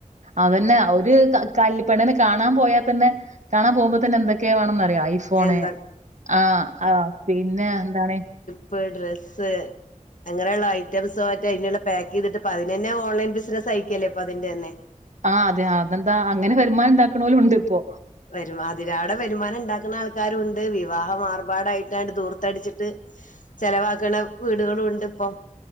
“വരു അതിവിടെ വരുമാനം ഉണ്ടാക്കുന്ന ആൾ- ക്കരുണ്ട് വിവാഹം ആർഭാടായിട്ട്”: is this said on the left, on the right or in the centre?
Left